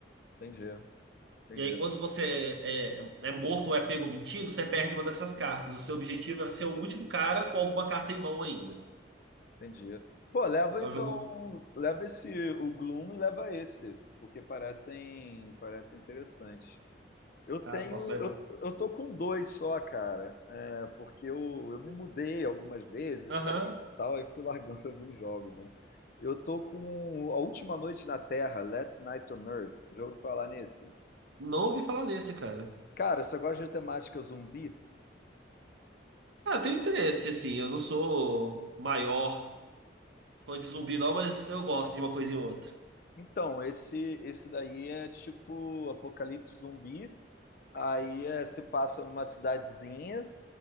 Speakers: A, on the left; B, on the right.
A: entendi, entendi,
B: E aí, quando você é, é morto ou é pego mentindo, você perde uma dessas cartas. O seu objetivo é ser o último cara com alguma carta em mão ainda.
A: entendi. Pô, leva
B: É
A: então.
B: o jogo.
A: Leva esse, o Gloom e leva esse. Porque parecem, parece interessante. Eu tenho,
B: Ah, posso levar.
A: eu, eu tô com dois só, cara, É, porque eu, eu me mudei algumas vezes
B: Aham.
A: de país e tal, aí fui largando <laughs> alguns jogos, né? Eu tô com A Última Noite na Terra, Last Night on Earth, já ouviu falar nesse.
B: Não ouvi falar nesse, cara.
A: Cara, você gosta de temática zumbi?
B: Ah, eu tenho interesse, assim. Eu não sou maior fã de zumbi, não, mas eu gosto de uma coisa e outra.
A: Então, esse, esse daí é tipo apocalipse zumbi, aí é, se passa numa cidadezinha,